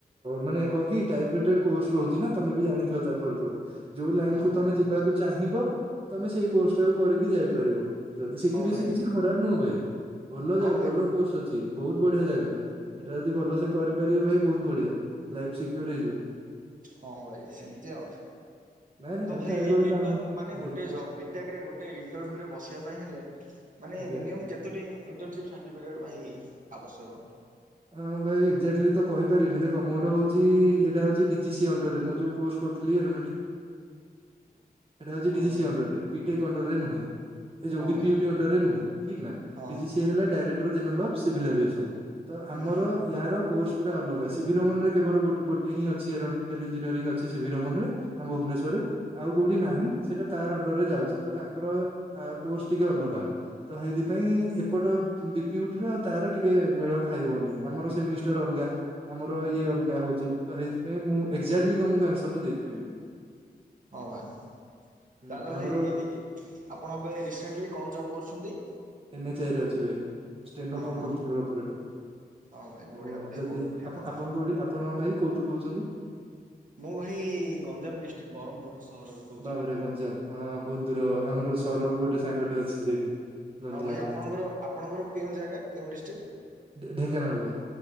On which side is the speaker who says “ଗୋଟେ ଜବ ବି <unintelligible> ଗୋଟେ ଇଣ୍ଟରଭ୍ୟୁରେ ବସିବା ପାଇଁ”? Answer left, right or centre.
Right